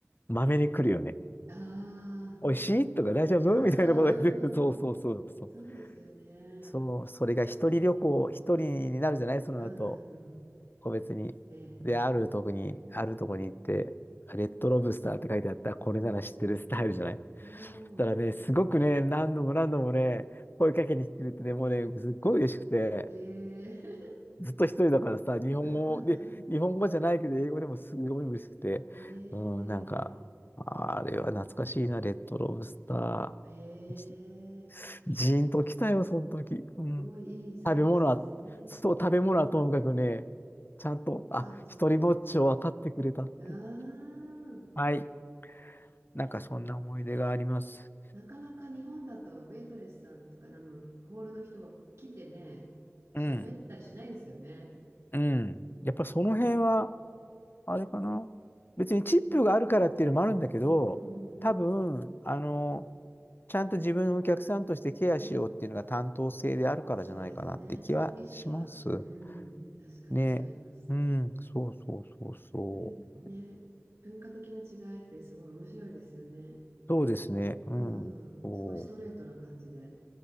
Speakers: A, on the left; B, on the right.
A: まめに来るよね。
B: ああ、
A: おいしいとか大丈夫
B: うんうんうんうん。
A: <laughs> みたいなこと言ってる。そうそうそうそう。
B: そうですよね。
A: そう、それが一人旅行、一人になるじゃないその後、
B: うんうんうん。
A: 個別に。
B: ええ。
A: で、あるとこに、あるとこに行って、レッドロブスターって書いてあった、これなら知ってるスタイルじゃない
B: おうお
A: そしたらね、
B: う
A: すごくね、何度も何度もね、声かけに来てくれてね、もうね、すっごい嬉しくて、
B: ええ。
A: ずっと一人だからさ、日本語で、
B: <laughs> ああ、
A: 日本語じゃないけど、英語でもすごい嬉しくて、
B: ええ。
A: うん、なんか、あれは懐かしいな、レッドロブスタ
B: ええ。
A: ー。ジーンときたよ、その時。うん。
B: すごいいいサービスですね。
A: 食べ物は、そう、食べ物はともかくね、ちゃんと、
B: サービスに。
A: あ、一人ぼっちを分かってくれたっていう。
B: あー
A: はい。なんかそんな思い出があります。
B: なかなか日本だとウェイトレスさんとかあのホールの人が来てね、喋ったりしないですよね。
A: うん。うん。やっぱその辺は、あれかな。別にチップがあるからっていうのもあるんだけど、
B: うんうんうん
A: 多分、あの、ちゃんと自分のお客さんとしてケアしようっていうのが担当性であるからじゃないかなって気はします。
B: うん。うん。そうですね。その意識は、うん、確かに違います。
A: ね。うん。そうそうそうそう。
B: そういうね、文化的な違いってすごい面白いですよね。
A: そうですね。うん。
B: うん。
A: そ
B: すごいストレートな感じで、